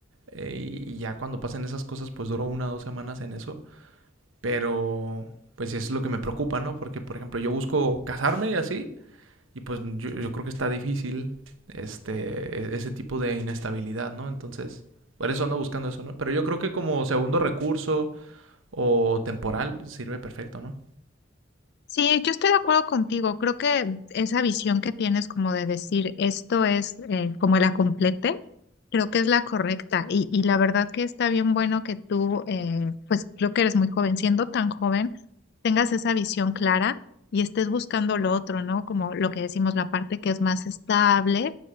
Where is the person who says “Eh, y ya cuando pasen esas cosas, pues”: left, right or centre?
Right